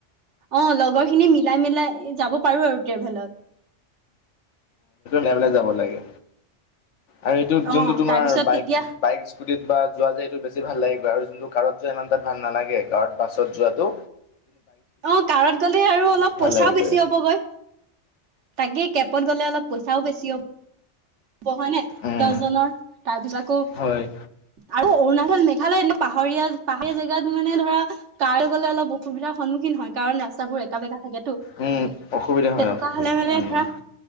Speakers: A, on the right; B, on the left.
A: অ লগৰ খিনি মিলাই মিলাই যাব পাৰো আৰু ট্ৰেভেলত
B: লবেলাই যাব লাগে আৰু এইটোত
A: অ
B: যোনটো তোমাৰ
A: তাৰপিছত
B: বাইক
A: তেতিয়া
B: বাইক স্কুতিত বা যোৱা যায় এইটো বেছি ভাল লাগিব আৰু যোনটো কাৰত যোৱা ইমান তাত ভাল নালাগে কাৰ বাছত যোৱাতটো
A: অ কাৰত গ'লে আৰু অলপ
B: ভাল
A: পইচাও
B: লাগে
A: বেছি
B: গৈ
A: হ'বগৈ তাকে কেপত গ'লে অলপ পইচাও বেছি হ'ব হয়নে
B: উম
A: দহজনৰ তাৰ পিছত আকৌ
B: হয়
A: আৰু অৰুণাচ মেঘালয় এ পাহাৰীয়া পাহাৰীয়া জেগাত মানে ধৰা কাৰ গ'লে অলপ অসুবিধা সন্মুখীন হয় কাৰণ ৰাস্তাবোৰ একা বেকা থাকেটো
B: উম, অসুবিধা
A: তেনেকুৱা
B: হয় অসুবিধা
A: হলে মানে
B: উম,
A: ধৰা